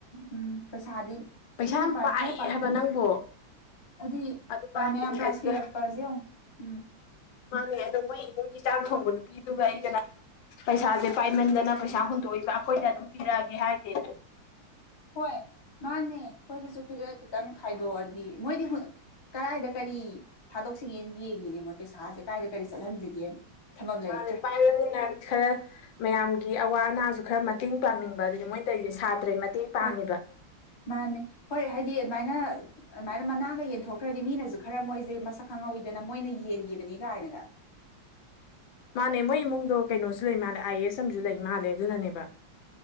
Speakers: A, on the left (about 25°); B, on the left (about 80°).
A: ꯎꯝ ꯄꯩꯁꯥꯗꯤ
B: ꯄꯩꯁꯥ
A: ꯊꯤꯅ
B: ꯌꯥꯝ
A: ꯄꯥꯏ
B: ꯄꯥꯏꯌꯦ
A: ꯈꯔ ꯄꯥꯏꯕ
B: ꯍꯥꯏꯕ
A: ꯅꯠꯇꯦ
B: ꯅꯪꯕꯣ
A: ꯑꯗꯤ
B: ꯑꯗꯨ ꯄꯥꯏꯕꯒꯤ
A: ꯃꯌꯥꯝ ꯄ꯭ꯔꯥꯏꯖ
B: ꯑꯗꯨꯗ
A: ꯄꯤꯔꯛꯄꯁꯦ ꯌꯦꯡꯉꯣ ꯎꯝ
B: ꯃꯥꯅꯦ ꯑꯗꯣ ꯃꯣꯏ ꯏꯃꯨꯡꯒꯤ ꯆꯥꯛ ꯊꯣꯡꯕ ꯅꯨꯄꯤꯗꯨꯒ ꯑꯩꯒꯅ ꯄꯩꯁꯥꯁꯦ ꯄꯥꯏꯃꯟꯗꯅ ꯄꯩꯁꯥ ꯍꯨꯟꯗꯣꯛꯏꯕ ꯑꯩꯈꯣꯏꯗ ꯑꯗꯨꯝ ꯄꯤꯔꯛꯑꯒꯦ ꯍꯥꯏꯗꯦꯅ
A: ꯍꯣꯏ ꯃꯥꯅꯦ ꯑꯩꯈꯣꯏꯗꯁꯨ ꯈꯔ ꯈꯤꯇꯪ ꯈꯥꯏꯗꯣꯛꯑꯗꯤ ꯃꯣꯏꯗꯤ ꯍꯨꯟ ꯀꯔꯥꯏꯗ ꯀꯔꯤ ꯊꯥꯗꯣꯛꯁꯤꯒꯦ ꯌꯦꯡꯉꯤꯅꯦ ꯃꯣꯏ ꯄꯩꯁꯥꯁꯦ ꯀꯥꯏꯗ ꯀꯔꯤ ꯆꯠꯍꯟꯁꯤꯒꯦꯅ ꯊꯝꯐꯝ ꯂꯩꯔꯛꯇ꯭ꯔꯦ
B: ꯃꯥꯅꯦ ꯄꯥꯏꯔꯝꯅꯤꯅ ꯈꯔ ꯃꯌꯥꯝꯒꯤ ꯑꯋꯥ ꯑꯅꯥꯁꯨ ꯈꯔ ꯃꯇꯦꯡ ꯄꯥꯡꯅꯤꯡꯕ ꯑꯗꯨꯅꯤ ꯃꯣꯏ ꯇꯧꯏꯁꯦ ꯁꯥꯇ꯭ꯔꯥꯒꯤ ꯃꯇꯦꯡ ꯄꯥꯡꯉꯤꯕ
A: ꯑꯣ ꯃꯥꯅꯦ ꯍꯣꯏ ꯍꯥꯏꯗꯤ ꯑꯗꯨꯃꯥꯏꯅ ꯑꯗꯨꯃꯥꯏꯅ ꯃꯅꯥꯒ ꯌꯦꯟꯊꯣꯛꯈ꯭ꯔꯗꯤ ꯃꯤꯅꯁꯨ ꯈꯔ ꯃꯣꯏꯁꯦ ꯃꯁꯛ ꯈꯪꯍꯧꯏꯗꯅ ꯃꯣꯏꯅ ꯌꯦꯟꯒꯤꯕꯅꯤ ꯀꯥꯏꯅꯒ
B: ꯃꯥꯅꯦ ꯃꯣꯏ ꯏꯃꯨꯡꯗꯣ ꯀꯩꯅꯣꯁꯨ ꯂꯩ ꯃꯥꯅꯦ ꯑꯥꯏ ꯑꯦꯁ ꯑꯝꯁꯨ ꯂꯩ ꯃꯥꯜꯂꯦ ꯑꯗꯨꯅꯅꯦꯕ